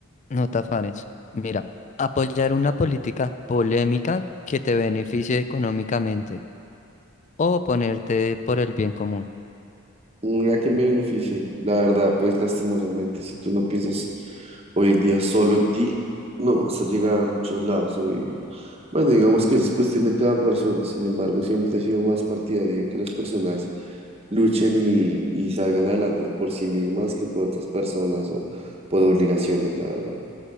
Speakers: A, on the left; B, on the right.
A: No te afanes. Mira, apoyar una política polémica que te beneficie económicamente. O ponerte por el bien común.
B: Una que me beneficie. La verdad, pues lastimosamente, si tú no piensas hoy en día solo en ti, no vas a llegar a muchos lados. eh, Bueno, digamos que es cuestión de cada persona, sin embargo, siempre he sido más partidario de que las personas luchen y, y salgan adelante por sí mismas que por otras personas o por obligaciones, la verdad.